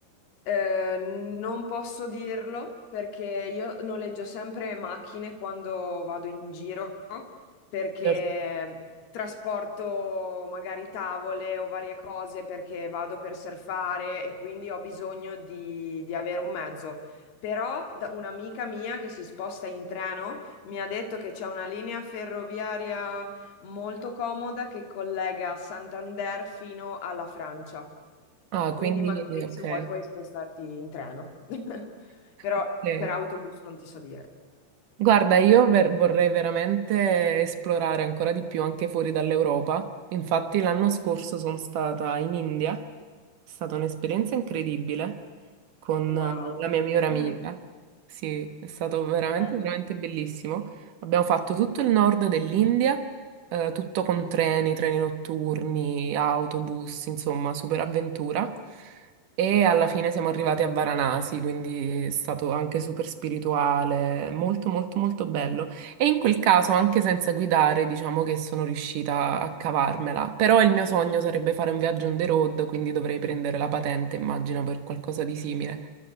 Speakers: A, on the left (about 70°); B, on the right (about 65°).
A: eh, non posso dirlo perché io noleggio sempre macchine quando vado in giro perché
B: Certo.
A: trasporto magari tavole o varie cose perché vado per surfare e quindi ho bisogno di, di avere un mezzo. Però da- un'amica mia che si sposta in treno mi ha detto che c'è una linea ferroviaria molto comoda che collega Santander fino alla Francia.
B: Ah,
A: Quindi
B: quindi
A: magari
B: ok.
A: se vuoi puoi spostarti in treno. <laughs> Però
B: ok.
A: per autobus non ti so dire.
B: Guarda, io ver- vorrei veramente esplorare ancora di più anche fuori dall'Europa. Infatti l'anno scorso sono stata in India, è stata un'esperienza incredibile con
A: Wow,
B: eh, la mia migliore amica.
A: <laughs>
B: Sì, è stato veramente,
A: bello.
B: veramente bellissimo. Abbiamo fatto tutto il nord dell'India, eh, tutto con treni, treni notturni, autobus, insomma, super avventura. E alla fine siamo arrivati a Varanasi, quindi è stato anche super spirituale, molto, molto, molto bello. E in quel caso, anche senza guidare, diciamo che sono riuscita a cavarmela. Però il mio sogno sarebbe fare un viaggio on the road, quindi dovrei prendere la patente, immagino, per qualcosa di simile.